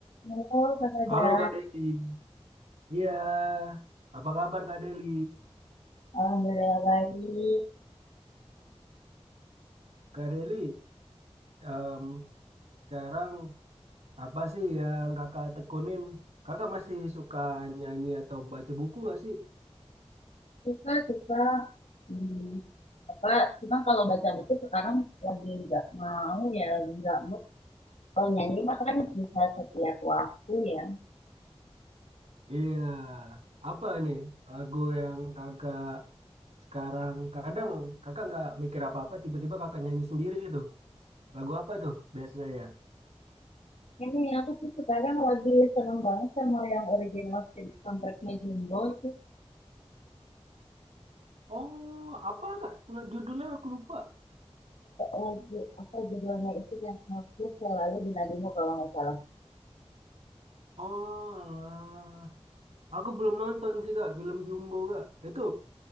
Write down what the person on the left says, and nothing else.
Halo Kak Sadra.
Alhamdulillah baik.
Suka, suka. Hmm, apa, cuma kalau baca buku sekarang lagi nggak mau ya, lagi nggak mood. Kalau nyanyi mah kan bisa setiap waktu ya.
Ini aku tuh sekarang lagi seneng banget sama yang original sound- soundtracknya Jumbo itu
lagu apa judulnya itu yang aku selalu dinadimu kalau nggak salah.